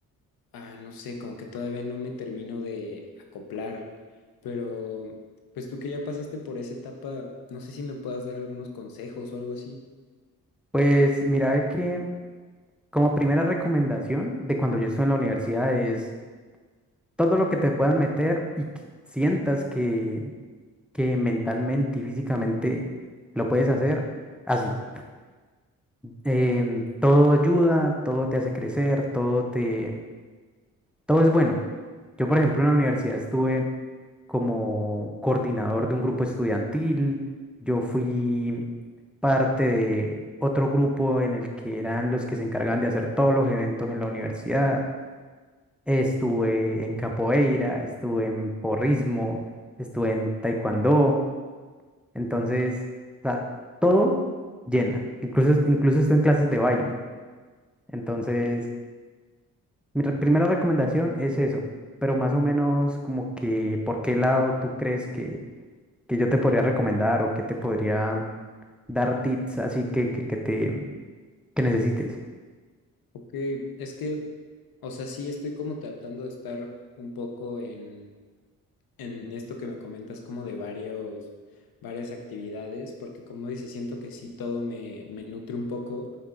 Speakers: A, on the left; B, in the centre.
A: ah, no sé, como que todavía no me termino de acoplar. Pero pues tú que ya pasaste por esa etapa, no sé si me puedas dar algunos consejos o algo así.
B: Pues mira de que como primera recomendación de cuando yo estuve en la universidad es todo lo que te puedas meter y que sientas que, que mentalmente y físicamente lo puedes hacer, hazlo. Em, todo ayuda, todo te hace crecer, todo te Todo es bueno. Yo, por ejemplo, en la universidad estuve como coordinador de un grupo estudiantil. Yo fui parte de otro grupo en el que eran los que se encargaban de hacer todos los eventos en la universidad. Estuve en capoeira, estuve en porrismo, estuve en taekwondo. Entonces, o sea, todo llena. Incluso, incluso estuve en clases de baile. Entonces... Mi re- primera recomendación es eso, pero más o menos como que por qué lado tú crees que, que yo te podría recomendar o que te podría dar tips así que, que, que te que necesites.
A: Ok, es que, o sea, sí estoy como tratando de estar un poco en, en esto que me comentas como de varios, varias actividades, porque como dices, siento que sí todo me, me nutre un poco,